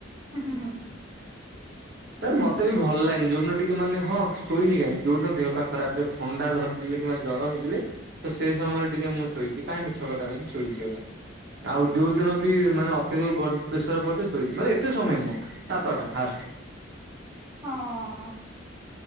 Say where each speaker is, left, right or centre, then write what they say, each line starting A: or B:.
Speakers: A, on the right (about 20°); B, on the right (about 60°).
A: ଉ ହୁଁ ହୁଁ।
B: ନାଇ ମତେ ବି ଭଲ ଲାଗେନି ଯଉ ଦିନ ଟିକେ ମାନେ ହଁ ଶୋଇନି କାହିଁକି ଯେଉନ ଦେହ ପା ଖରାପ ଥିବ ଥଣ୍ଡା ଧରି କିମ୍ବା ଜ୍ଵର ହେଇଥିଲେ ତ ସେଇ ସମୟରେ ଟିକେ ମୁଁ ଶୋଇଛି କାହିଁ ମିଛ କଟ କତି ଶୋଇଛି ହେଲା। ଆଉ ଯେଉଁ ଦିନ ବି ମାନେ ଅତ୍ୟଧିକ ବଡ଼୍ ପ୍ରେସର ପଡ଼ିଥିବ ଶୋଇଛି ମାନେ ଏତେ ସମୟ ନୁହଁ ସାତଟା ହାଷ୍ଟ।
A: ହଁ।